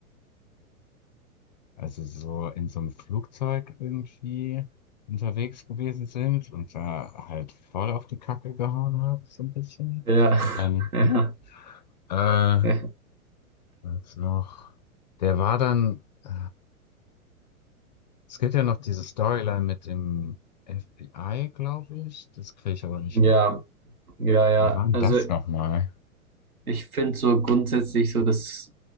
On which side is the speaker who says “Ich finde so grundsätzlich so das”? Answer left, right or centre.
Right